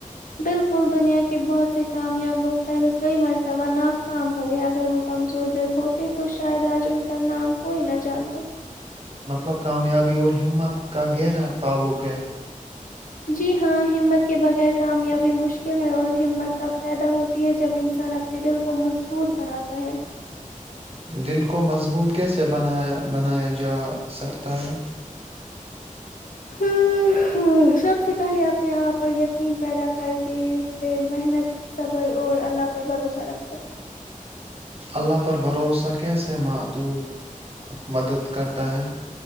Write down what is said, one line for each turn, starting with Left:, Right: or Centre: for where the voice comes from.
Left: بالکل دنیا کے کہ بہت سے کامیاب لوگ پہلے کئی مرتبہ نہ کام ہوئے اگر وہ کمزور درد ہوتے تو شاید آج ان کا نام کوئی نہ جانتا
Right: مطلب کامیابی اور ہمت کا گہرا تعلق ہے
Left: جی ہاں ہمت کے بغیر کامیابی مشکل ہے اور ہمت اب پیدا ہوتی ہے جب انسان اپنے اپ دل کو مضبوط بناتا ہے
Right: دل کو مضبوط کیسے بنایا جا سکتا ہے
Left: ہ ہ سب سے پہلے اپنے یہاں پر یک کین پیدا کر کے پھر محنت صبر اور اللہ پر بھروسہ رکھ کر
Right: اللہ پر بھروسہ کیسے معدود مدد کرتا ہے